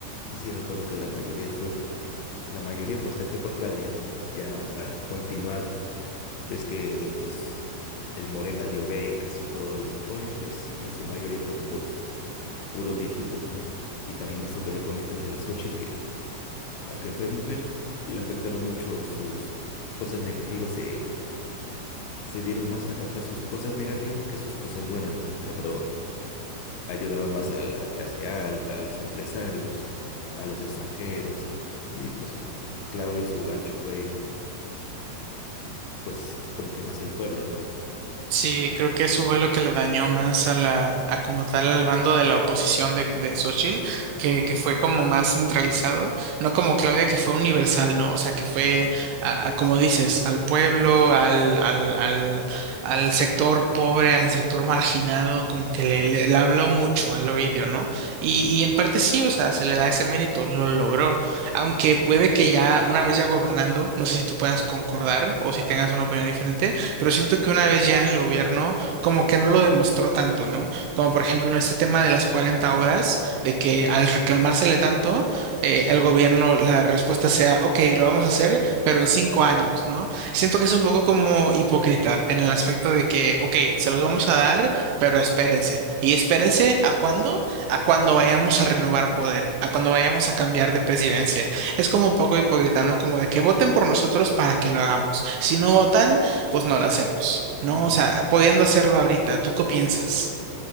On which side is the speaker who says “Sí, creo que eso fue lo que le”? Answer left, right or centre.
Right